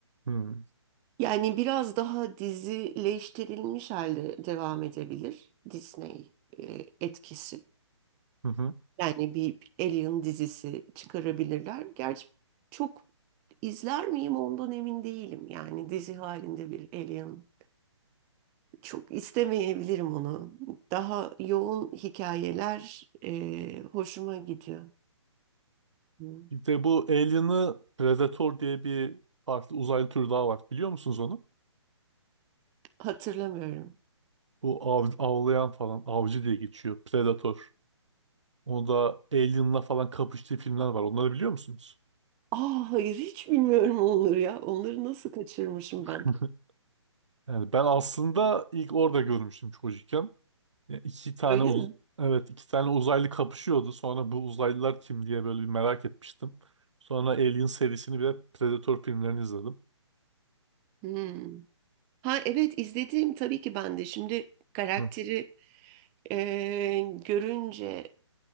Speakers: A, on the right (about 75°); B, on the right (about 15°).
A: Hmm.
B: Yani biraz daha dizileştirilmiş halde devam edebilir Disney e, etkisi.
A: Hı hı.
B: Yani bir Alien dizisi çıkarabilirler. Gerçi çok izler miyim ondan emin değilim. Yani dizi halinde bir Alien Çok istemeyebilirim onu. Daha yoğun hikayeler e, hoşuma gidiyor. Hı.
A: Bir de bu Alien'ı Predator diye bir farklı uzaylı türü daha var. Biliyor musunuz onu?
B: Hatırlamıyorum.
A: Bu av, avlayan falan avcı diye geçiyor. Predator. Onu da Alien'la falan kapıştığı filmler var. Onları biliyor musunuz?
B: Aa hayır hiç bilmiyorum onları ya. Onları nasıl kaçırmışım
A: <laughs>
B: ben?
A: Yani ben aslında ilk orada görmüştüm çocukken. Ya iki tane
B: Öyle
A: uz-
B: mi?
A: evet iki tane uzaylı kapışıyordu. Sonra bu uzaylılar kim diye böyle bir merak etmiştim. Sonra Alien serisini ve Predator filmlerini izledim.
B: Hmm. Ha evet izlediğim tabii ki ben de. Şimdi karakteri
A: Hı.
B: e, görünce